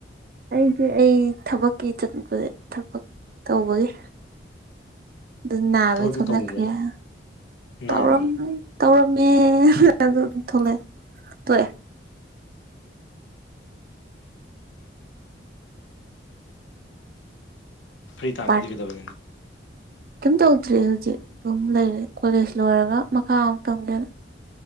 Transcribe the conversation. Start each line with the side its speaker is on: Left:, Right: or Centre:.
Right: ꯑꯩꯁꯦ ꯑꯩ ꯊꯕꯛꯀꯤ ꯆꯠꯄꯅꯦ ꯊꯕꯛ ꯇꯧꯕꯒꯤ ꯑꯗꯨ ꯅꯥꯕꯒꯤ
Left: ꯊꯕꯛꯇꯤ
Right: ꯊꯣꯛꯂꯛꯈ꯭ꯔꯦ
Left: ꯇꯧꯔꯤꯕ꯭ꯔꯣ
Right: ꯀꯔꯤꯌꯥ <unintelligible> ꯇꯧꯔꯝ
Left: ꯅꯥꯕꯗ
Right: <unintelligible> ꯇꯧꯔꯝꯃꯦ ꯑꯗꯨꯝ ꯊꯣꯛꯣꯂꯛꯑꯦ ꯇꯣꯛꯑꯦ
Left: ꯐ꯭ꯔꯤ ꯇꯥꯏꯝꯗꯗꯤ
Right: ꯄꯥꯔꯠ
Left: ꯀꯗꯋꯤ ꯅꯪꯗꯤ
Right: ꯀꯩꯝ ꯇꯧꯗ꯭ꯔꯤ ꯍꯧꯖꯤꯛ ꯑꯗꯨꯝ ꯂꯩꯔꯦ ꯀꯣꯂꯦꯖ ꯂꯣꯏꯔꯒ ꯃꯈꯥ ꯑꯃꯨꯛ ꯇꯝꯒꯦꯅ